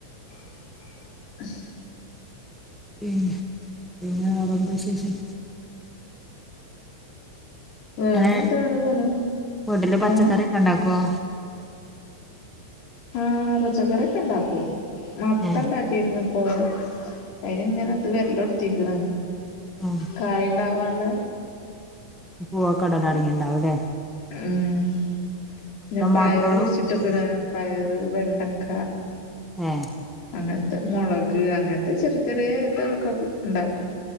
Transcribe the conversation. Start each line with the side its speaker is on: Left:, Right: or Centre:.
Left: <inaudible>
Centre: പിന്നെ വേറേന്തശേഷം
Left: വേറെ
Centre: അങ്ങനെ
Left: എന്താണ് പോണ്
Centre: വീട്ടില് പച്ചക്കറി
Left: ഏ
Centre: ഒക്കെ ഉണ്ടാക്കുവോ
Left: ആഹ് പച്ചക്കറക്കെ ണ്ടാക്കും മത്ത
Centre: ഏ
Left: ണ്ടാക്കിക്കണ് അപ്പോ അയിനിങ്ങനെ ഇത് വരെല്ലോടുത്തിക്കണ്
Centre: ഉം
Left: കായ്ണ്ടാവാ അല്ലെ
Centre: പോ <unintelligible> ഉണ്ടാവുംല്ലെ
Left: ഉം പിന്നെ പയർ
Centre: മാത്രേ ഉള്ളൂ
Left: കുഴിച്ചിട്ട്ക്കണ് പയറ് വെണ്ടക്ക
Centre: ഏ
Left: അങ്ങനത്തെ മൊളക് അങ്ങനത്തെ ചെറിയ ചെറിയ ഇതൊക്കെ ണ്ടാക്കും